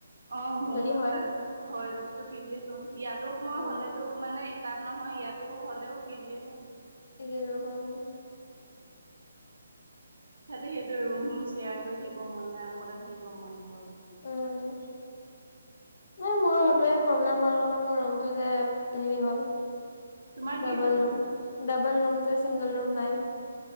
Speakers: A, on the right; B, on the left.
A: অ', মোৰ
B: যদি হয়
A: তাত হয় যদিটো পিজিএ লম। ইয়াতো মই
B: উম
A: হ'লেতো মানে তাত নহয়, ইয়াতো হ'লেও পিজিয়ে ল'ম।
B: <unintelligible>
A: <unintelligible> খালি সেইটোয়ে ৰুম শেয়াৰ কৰি থাকিব মন নাই, অকলে থাকিব মন অকল।
B: উম। এ মোৰো সেটোৱে প্ৰব্লেম হ'ল নহয়, মোৰ ৰুমটো যে হেৰি হ'ল
A: তোমাৰ কি
B: ডাবল
A: হ'ল
B: ৰুম, ডাবল ৰুম যে ছিংগল ৰুম নাই।